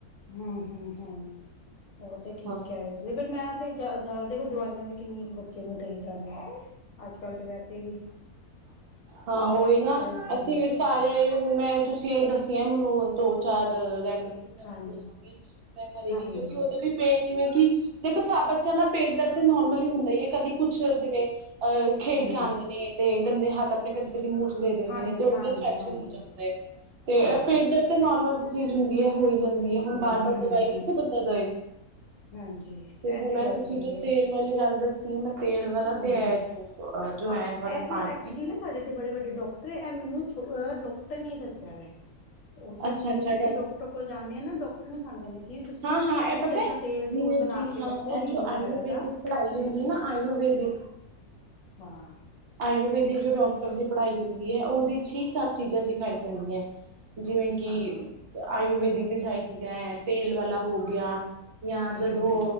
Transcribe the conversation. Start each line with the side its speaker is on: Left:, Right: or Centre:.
Left: ਹਮ ਹਮ ਹਮ ਉਹ ਤੇ ਠੀਕ
Right: ਹਾਂ।
Left: ਹੈ ਮੈਂ ਤੇ ਜ਼ਿਆਦਾ ਦੇਖੋ ਦਵਾਈਆਂ ਕਿੰਨੀ ਕੁ ਬੱਚੇ ਨੂੰ ਦੇਈ ਜਾਂਣੀ ਹੈ ਅੱਜ ਕੱਲ ਤਾਂ ਵੈਸੇ ਵੀ
Right: ਹਾਂ ਉਹੀ ਨਾ
Left: ਸਾਰੀ ਦਵਾਈਆਂ
Right: ਅਸੀਂ ਵੀ ਸਾਰਿਆਂ
Left: ਤੇ
Right: ਹੁਣ ਮੈਂ ਤੁਸੀਂ ਇਹ ਦੱਸੀਆਂ ਮਨੋਜ ਦੋ ਚਾਰ ਰੈਮੀਡੀਜ਼ ਮੈਨੂੰ
Left: ਹਾਂਜੀ
Right: ਦੱਸਾਂਗੀ ਮ ਕਰੇਗੀ
Left: ਹਾਂਜੀ
Right: ਕਿਉਂਕਿ ਉਹਦੇ ਵੀ ਪੇਟ ਜਿਵੇਂ ਕਿ ਦੇਖੋ ਸਭ ਬੱਚਿਆਂ ਦਾ ਪੇਟ ਦਰਦ ਨੋਰਮਲੀ ਹੁੰਦਾ ਹੀ ਹੈ ਕਦੀ ਕੁਛ ਜਿਵੇਂ ਅ ਖੇਲ
Left: ਹੂੰ
Right: ਕੇ ਆਉਂਦੇ ਨੇ ਗੰਦੇ ਹੱਥ ਆਪਣੇ ਕਦੇ ਮੂੰਹਚ ਦੇ ਦਿੰਦੇ
Left: ਹਾਂਜੀ
Right: ਨੇ ਤੇ ਉਹ
Left: ਹਾਂਜੀ
Right: ਵੀ ਇਨਫੈਕਸ਼ਨ
Left: ਹਾਂਜੀ
Right: ਹੋ ਜਾਂਦਾ ਹੈ ਤੇ
Left: ਹਾਂਜੀ
Right: ਪੇਟ ਦਰਦ ਨੋਰਮਲ ਚੀਜ਼ ਹੁੰਦੀ ਹੈ ਹੋਈ ਜਾਂਦੀ ਹੈ ਹੁਣ
Left: ਹੂੰ
Right: ਬਾਰ ਬਾਰ
Left: ਹੂੰ
Right: ਦਵਾਈ
Left: ਹੂੰ
Right: ਕਿੱਥੋਂ ਬੰਦਾ ਦੇਏ
Left: ਹਾਂਜੀ
Right: ਤੇ ਹੁਣ ਇਹ
Left: ਗੱਲ
Right: ਤੁਸੀਂ
Left: ਸਹੀ
Right: ਜੋ
Left: ਹੈ
Right: ਤੇਲ ਵਾਲੀ ਗੱਲ ਦੱਸੀ ਮੈਂ ਤੇਲ ਵਾਲਾ
Left: ਹੂੰ
Right: ਤੇ ਹੈ
Left: ਹੂੰ
Right: ਜੋ ਜਵੈਨ
Left: ਹਾਂ
Right: ਵਾਲਾ
Left: ਇਹ ਤੇ
Right: ਪਾਣੀ
Left: ਐਕਚੁਲੀ
Right: ਹੈ
Left: ਨਾ ਸਾਡੇ ਇੱਥੇ ਬੜੇ ਵੱਡੇ ਡਾਕਟਰ ਇਹ ਮੈਨੂੰਹ ਡਾਕਟਰ ਨੇ ਦੱਸਿਆ ਉਹ ਤੇ
Right: ਅੱਛਾ
Left: ਹੁਣ
Right: ਅੱਛਾ
Left: ਵੀ ਅਸੀਂ ਕਿਸੇ ਡਾਕਟਰ ਕੋਲ ਜਾਂਦੇ ਹਾਂ ਨਾ ਡਾਕਟਰ ਸਾਨੂੰ ਕਹਿੰਦੇ ਕਿ ਵੀ ਤੁਸੀਂ
Right: ਹਾਂ-ਹਾਂ ਇਹ
Left: ਕੁਛ
Right: ਪਤਾ
Left: ਐਸਾ
Right: ਹੈ
Left: ਤੇਲ
Right: ਜਿਵੇਂ
Left: ਤੂਲ ਬਣਾ
Right: ਕਿ
Left: ਕੇ
Right: ਹਾਂ
Left: ਰੱਖੋ
Right: ਇਹ
Left: ਹਿੰਗ
Right: ਜੋ ਆਯੁਰਵੈਦਿਕ
Left: ਵਗੈਰਾ ਦਾ
Right: ਪੜ੍ਹਾਈ
Left: ਤੇ
Right: ਹੁੰਦੀ ਨਾ
Left: ਹਾਂ
Right: ਆਯੁਰਵੇੈਦਿਕ
Left: ਹਾਂ
Right: ਆਯੁਰਵੈਦਿਕ ਜੋ ਡਾਕਟਰ ਦੀ ਪੜ੍ਹਾਈ ਹੁੰਦੀ ਹੈ ਉਹਦੇ ਚ ਹੀ ਸਭ ਚੀਜ਼ਾਂ ਸਿਖਾਈ ਜਾਂਦੀਆਂ ਜਿਵੇਂ ਕਿ
Left: ਹਾਂ
Right: ਆਯੁਰਵੇੈਦਿਕ ਦੀ ਸਾਰੀ ਚੀਜ਼ਾਂ ਹੈ ਤੇਲ ਵਾਲਾ ਹੋ ਗਿਆ ਜਾਂ ਜਦੋਂ
Left: ਹਮ